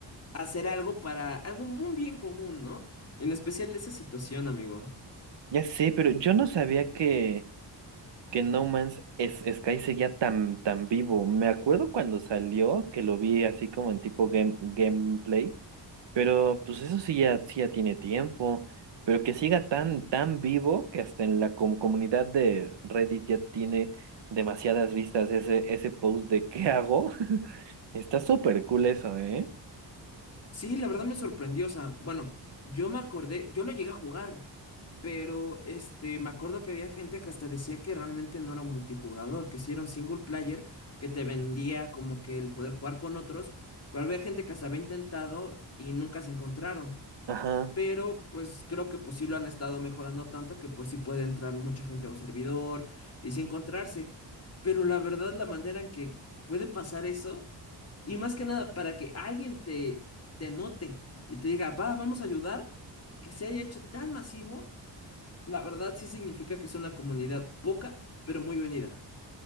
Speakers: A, on the left; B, on the right.
A: hacer algo para algún un bien común, ¿no? En especial de esa situación, amigo.
B: Ya sé, pero yo no sabía que, que No Man's S- Sky seguía tan, tan vivo. Me acuerdo cuando salió, que lo vi así como en tipo game, gameplay. Pero pues eso sí ya, sí ya tiene tiempo, pero que siga tan, tan vivo que hasta en la com- comunidad de Reddit ya tiene demasiadas vistas ese, ese post de ¿qué hago? <laughs> Está súper cool eso, ¿eh?
A: Sí, la verdad me sorprendió, o sea, bueno, yo me acordé, yo lo llegué a jugar, pero este, me acuerdo que había gente que hasta decía que realmente no era un multijugador, que sí era un single player que te vendía como que el poder jugar con otros, pero había gente que hasta había intentado y nunca se encontraron.
B: Ajá.
A: Pero pues creo que pues sí lo han estado mejorando tanto que pues sí puede entrar mucha gente a un servidor y sí encontrarse. Pero la verdad la manera en que puede pasar eso y más que nada para que alguien te, te note y te diga, va, vamos a ayudar, que se haya hecho tan masivo, la verdad sí significa que es una comunidad poca pero muy unida.